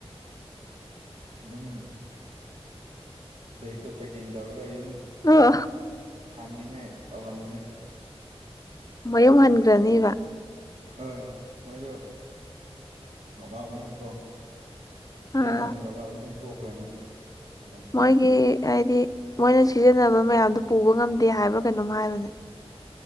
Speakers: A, on the right (about 85°); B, on the left (about 35°).
A: ꯑꯗꯨꯝ ꯕꯦꯒꯛꯇꯣ ꯄꯦꯛꯀꯤꯡ ꯇꯧꯔꯒ ꯌꯨꯝ
B: ꯑ
A: ꯍꯟꯅꯤꯡꯉꯥꯏ ꯇꯧꯔꯝꯒꯅꯤ
B: ꯃꯌꯨꯝ ꯍꯟꯈ꯭ꯔꯅꯦꯕ
A: ꯍꯣꯏ ꯃꯣꯏꯗ ꯅꯒꯥꯎꯅꯦꯕꯀꯣ
B: ꯑꯥ
A: ꯍꯦꯛ ꯉꯝꯗ꯭ꯔꯕ ꯑꯗꯨꯝ ꯇꯣꯛꯈ꯭ꯔꯅꯤ ꯍꯟꯗꯛꯁꯤꯗꯤ
B: ꯃꯣꯏꯒꯤ ꯍꯥꯏꯗꯤ ꯃꯣꯏꯅ ꯁꯤꯖꯤꯟꯅꯕ ꯃꯌꯥꯝꯗꯣ ꯄꯨꯕ ꯉꯝꯗꯦ ꯍꯥꯏꯕ꯭ꯔꯥ ꯀꯩꯅꯣꯝ ꯍꯥꯏꯕꯅꯦ